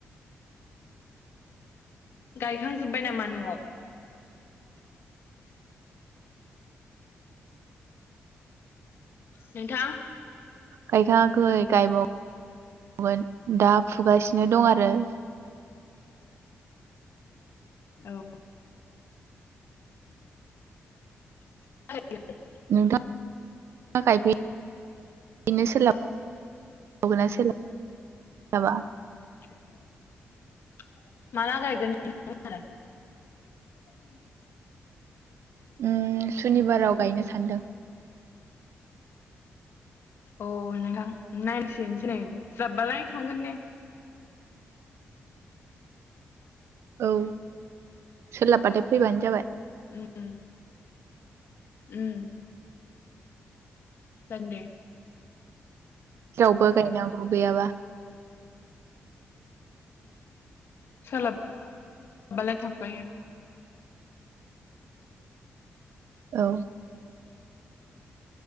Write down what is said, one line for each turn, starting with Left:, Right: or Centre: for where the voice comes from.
Left: गायखांजोबबाय नामा न'आव? नोंथां
Right: गायखाङाखै गायबावगोन दा फुगासिनो दं आरो। फ्राय
Left: औ <unintelligible> <unintelligible>
Right: नोंथां <unintelligible> गायफै <unintelligible> बेनो <unintelligible> सोलाब सोलाबगोना सोलाबा।
Left: <unintelligible> माला गायगोन <unintelligible>
Right: उम सुनिबाराव गायनो सानदों
Left: अ नोंथां नायनांसिगोनसो नै जाबबालाय थांगोन दे
Right: औ सोलाबबाथाय फैबानो जाबाय
Left: उम उम जागोन दे
Right: रावबो गायनांगौ गैयाबा
Left: सोलाब सोलाबालाय थांफायो
Right: औ